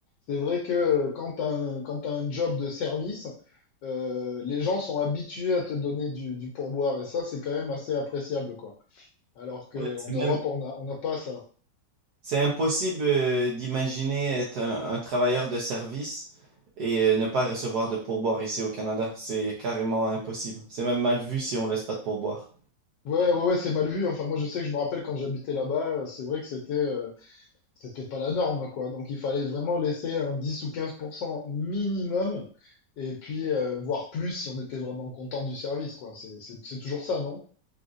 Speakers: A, on the left; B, on the right.
A: C'est vrai que euh, quand t'as un, quand t'as un job de service, euh, les gens sont habitués à te donner du, du pourboire. Et ça, c'est quand même assez appréciable, quoi. Alors qu'en
B: Ouais, c'est
A: Europe,
B: même...
A: on a, on n'a pas ça.
B: C'est impossible euh, d'imaginer être un, un travailleur de service et euh, ne pas recevoir de pourboire ici au Canada. C'est carrément impossible. C'est même mal vu si on laisse pas de pourboire.
A: Ouais, ouais, ouais, c'est mal vu. Enfin, moi, je sais que je me rappelle quand j'habitais là-bas, c'est vrai que c'était... euh, c'était pas la norme, quoi. Donc il fallait vraiment laisser un 10 ou 15% minimum, et puis euh, voire plus si on était vraiment content du service, quoi. C'est c'est- c'est toujours ça, non?